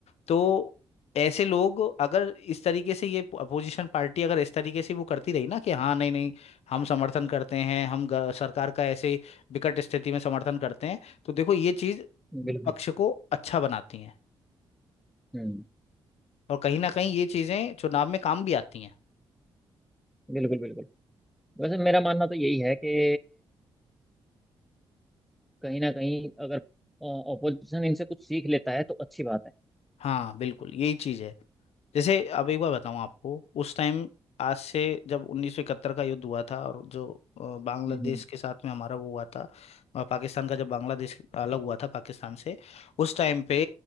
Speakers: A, on the left; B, in the centre.
A: तो ऐसे लोग अगर इस तरीके से ये अपोजिशन पार्टी अगर इस तरीके से वो करती रही ना कि हाँ नहीं नहीं हम समर्थन करते हैं हम ग- सरकार का ऐसे विकट स्थिति में समर्थन करते हैं तो देखो ये चीज
B: बिल्कुल
A: पक्ष को अच्छा बनाती है
B: हम्म
A: और कहीं ना कहीं ये चीजें चुनाव में काम भी आती हैं
B: बिल्कुल बिल्कुल वैसे मेरा मानना तो यही है कि कहीं ना कहीं अगर ऑपोजिशन इनसे कुछ सीख लेता है तो अच्छी बात है
A: हाँ बिल्कुल यही चीज़ है जैसे अब एक बार बताऊँ आपको उस टाइम आज से जब 1971 का युद्ध हुआ था और जो अ, बांग्लादेश
B: हम्म हम्म,
A: के साथ में हमारा वो हुआ था अ, पाकिस्तान का जब बांग्लादेश अलग हुआ था पाकिस्तान से उस टाइम पे